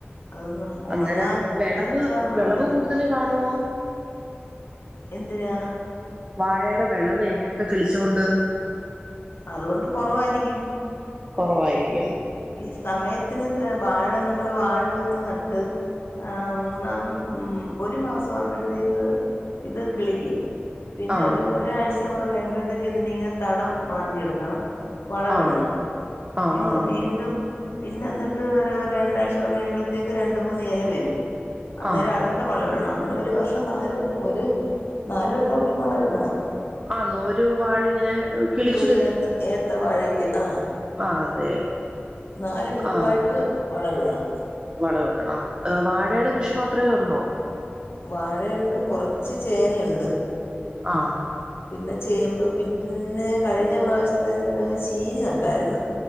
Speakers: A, on the left; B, on the right.
A: അതൊന്നും ഉണങ്ങാത്ത
B: അന്നേരം വിളവ്
A: അഞ്ചാറെണ്ണം
B: വിളവ്
A: ഉണ്ട്
B: കൂടുതൽ കാണോ?
A: എന്തിനാ?
B: വാഴയുടെ വിളവ് ഇങ്ങനെക്കെ കിളിച്ചൊണ്ട്?
A: അതുകൊണ്ട് കൊറവായിരിക്കും.
B: കുറവായിരിക്കും.
A: ഈ സമയത്തിന് വാഴ നമ്മള് വാഴ വിത്ത് നട്ട് ആഹ മൂന്നാം ഒരു മാസാകുമ്പോഴത്തേക്ക് ഇത് കിളിക്കും. പിന്നെ
B: ആഹ്
A: ഒരു ഒരാഴ്ചയും കൂടെ കഴിയുമ്പോഴത്തേക്ക് ഇതിനിങ്ങനെ തടം മാന്തിയിടും തടം വളവിടണം
B: ആഹ് ആഹ്
A: പിന്നെ
B: ആഹ്
A: വീണ്ടും പിന്നെന്നിട്ട് ഒരു രണ്ടാഴ്ചടെ കഴിയുമ്പോഴത്തേക്ക് രണ്ട് മൂന്ന് എല വരും. അന്നേരം
B: ആഹ്
A: അടുത്ത വള ഇടണം അങ്ങനെ ഒരു വർഷം നാല് വെട്ടം ഒരു നാല് വെട്ടംപോലും വളം ഇടണം.
B: ആനോരു വാഴ ഇങ്ങനെ കിളിച്ചു
A: ഒരു ഏത്ത ഏത്ത വാഴക്ക് ആഹ
B: ആഹ അതെ
A: നാല് ട്രിപ്പായിട്ട്
B: ആഹ്
A: വളവിടണം.
B: വളവിടണം ആഹ വാഴയുടെ കൃഷി മാത്രമേ ഉള്ളോ
A: വാഴയുണ്ട് കുറച്ച് ചേനയുണ്ട്.
B: ആഹ
A: പിന്നെ ചേമ്പ് പിന്നെ കഴിഞ്ഞ പ്രാവശ്യത്തെന്റെ കഴിഞ്ഞ ചീനി നട്ടായിരുന്ന്.